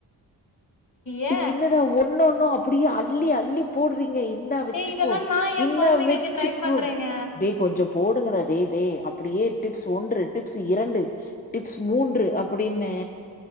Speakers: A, on the left; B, on the left.
A: ஏ
B: டே என்னடா ஒன்னு ஒன்னு அப்டியே அள்ளி அள்ளி போடுறீங்க இந்தா வச்சுக்கோ
A: ஏ இதெல்லா நா எ
B: இந்தா
A: கொழந்தைங்களுக்கு
B: வச்சுக்கோ
A: ட்ரை பண்றேங்க
B: டே கொஞ்சோ போடுங்கடா டே டே அப்டியே டிப்ஸ் ஒன்று டிப்ஸ் இரண்டு டிப்ஸ் மூன்று அப்டின்னு